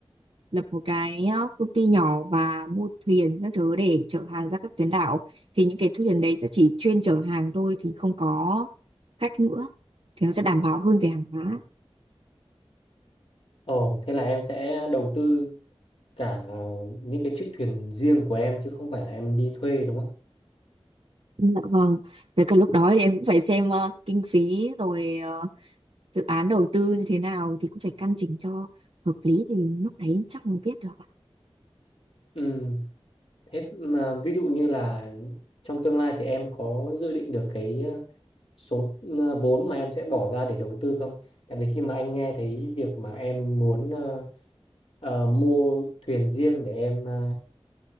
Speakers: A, on the right; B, on the left.
A: lập một cái ờ, công ty nhỏ và mua thuyền các thứ để chở hàng ra các tuyến đảo thì những cái thu tiền đấy sẽ chỉ chuyên chở hàng thôi thì không có cách nữa thì nó sẽ đảm bảo hơn về hàng hóa
B: Ồ, thế là em sẽ đầu tư cả ờ, những cái chiếc thuyền riêng của em chứ không phải là em đi thuê đúng không?
A: dạ vâng với cả lúc đó thì em cũng phải xem ờ, kinh phí rồi ờ, dự án đầu tư như thế nào thì cũng phải căn chỉnh cho hợp lý thì lúc đấy chắc mới biết được ạ.
B: Ừ, thế mà ví dụ như là trong tương lai thì em có dự định được cái ờ, số ờ, vốn mà em sẽ bỏ ra để đầu tư không? Tại vì khi mà anh nghe thấy việc mà em muốn ờ, ờ, mua thuyền riêng để em ờ,